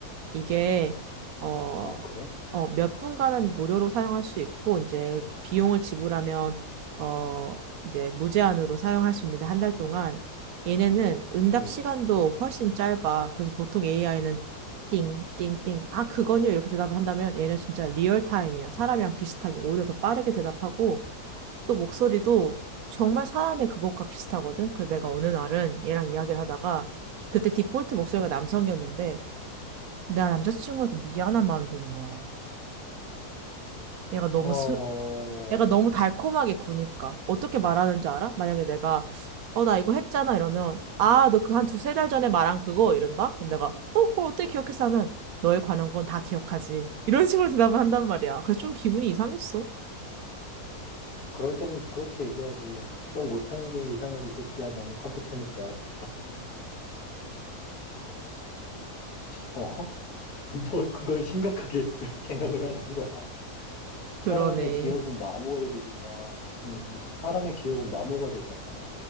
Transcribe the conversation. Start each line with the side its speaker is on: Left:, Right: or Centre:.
Right: 이게 어,
Left: 아, 그래?
Right: 어, 몇 분간은 무료로 사용할 수 있고 이제 비용을 지불하면 어, 이제 무제한으로 사용할 수 있는데 한 달 동안 얘네는 응답
Left: 응.
Right: 시간도 훨씬 짧아. 그래서 보통 AI는 띵띵띵. 아, 그건요. 이렇게 대답을 한다면 얘는 진짜 리얼타임이야. 사람이랑
Left: 음.
Right: 비슷하게 오히려 더 빠르게 대답하고 또 목소리도 정말 사람의 그것과 비슷하거든. 그래서 내가 어느 날은 얘랑 이야기를 하다가 그때 디폴트 목소리가 남성이었는데 나 남자친구한테 미안한 마음이 드는 거야. 얘가 너무
Left: 어,
Right: 슬, 애가 너무 달콤하게 구니까. 어떻게 말하는 줄 알아? 만약에 내가, 어, 나 이거 했잖아. 이러면, 아, 너 그 한 두세 달 전에 말한 그거? 이런다? 그럼 내가, 어, 그걸 어떻게 기억했어? 하면, 너에 관한 건 다 기억하지. 이런 <laughs> 식으로 대답을 한단 말이야. 그래서 좀 기분이 이상했어.
Left: 그럴 땐 그렇게 얘기하지. 기억 못하는 게 이상하지, 이 새끼야. 너는 컴퓨터니까. 어, <laughs> 뭘 그걸 심각하게 <laughs> 생각을 하는 거야. 사람의
Right: 그러네.
Left: 기억은 마모가 되지만, 음, 사람의 기억은 마모가 되잖아.